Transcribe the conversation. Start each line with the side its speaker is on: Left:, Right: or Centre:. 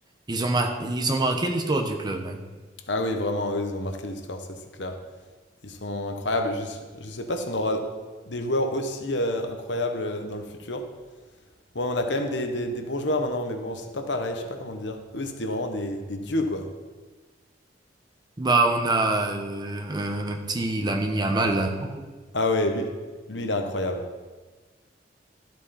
Right: Ils ont mar- ils ont marqué l'histoire du club. hein.
Left: Ah oui, vraiment, eux, ils ont marqué l'histoire, ça c'est clair. Ils sont incroyables. Je ne sais pas si on aura des joueurs aussi euh, incroyables euh, dans le futur. Bon, on a quand même des, des- des bons joueurs maintenant, mais bon, c'est pas pareil, je sais pas comment dire. Eux, c'était vraiment des, des dieux, quoi.
Right: Bah, on a euh, un, un petit Lamine Yamal. là. <laughs>
Left: Ah ouais, lui, lui, il est incroyable.